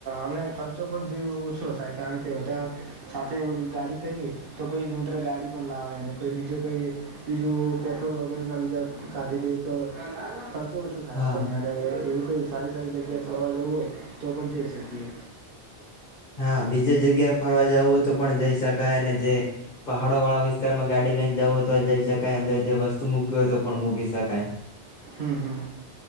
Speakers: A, on the right (about 55°); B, on the left (about 45°).
A: અને ખર્ચો પણ જે ઓછો થાય કારણ કે બધા સાથે ગાડી કરીએ તો કોઈ મિત્ર ગાડી પણ લાવે કોઈ બીજો કોઈ બીજું પેટ્રોલ વગેરે ના બીધા કાઢી દે તો ખર્ચો શું થાય
B: હા
A: આપણને અને એવી કોઈ સારી સારી જગ્યાએ ફરવા જવું હોય તો પણ જઈ શકીએ
B: હા બીજ જગ્યાએ ફરવા જવુંય તો પણ જઈ શકાય અને જે પહાડો વાળા વિસ્તાર માં ગાડી લઈને જવું હોય તો જઈ શકાય અંદર જે વસ્તુ મૂકવી હોય તો પણ મૂકી શકાય
A: હમ હમ